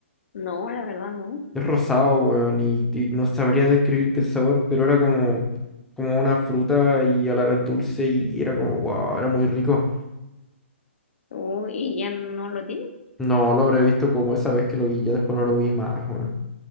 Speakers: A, on the left (about 70°); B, in the centre.
A: no, la verdad no.
B: Es rosado, weón, y, y no sabría describirte el sabor, pero era como, como una fruta y a la vez dulce y era como, wow, era muy rico.
A: Oh, ¿y ya no lo tiene?
B: No lo habré visto como esa vez que lo vi, ya después no lo vi más, weón.